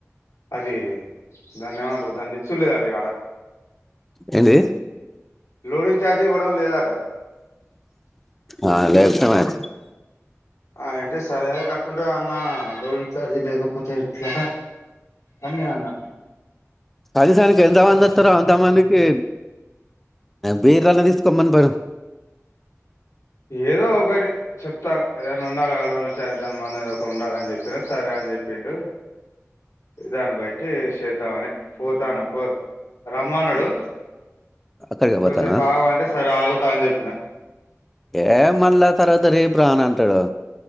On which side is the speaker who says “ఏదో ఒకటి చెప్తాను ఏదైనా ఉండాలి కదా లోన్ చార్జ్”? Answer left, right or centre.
Left